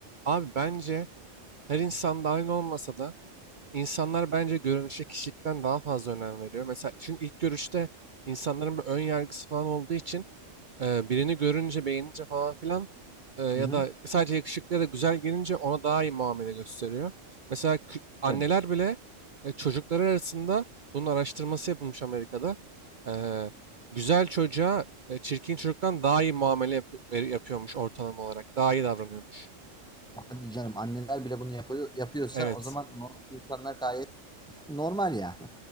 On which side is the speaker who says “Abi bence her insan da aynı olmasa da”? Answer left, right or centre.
Right